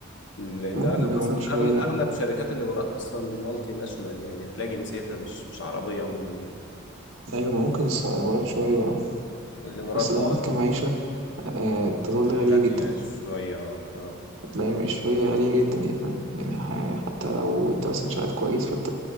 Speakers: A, on the left (about 60°); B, on the right (about 75°).
A: لأن
B: ممكن
A: أغلب
B: الإمارات
A: أصلا
B: شوية
A: أغلب أغلب شركات الإمارات أصلا مالتي ناشونال يعني هتلاقي جنسيتها مش مش عربية عموما يعني
B: أيوة ما ممكن الس- الإمارات شوية اه
A: الإمارات
B: بس الإمارات
A: أه
B: كمعيشة آه تظل
A: غالية
B: غالية جدا
A: شوية أه آه.
B: لا مش شوية غالية جدا يا فاهم يعني ح- يعني حتى لو أنت مثلا شغال كويس فأنت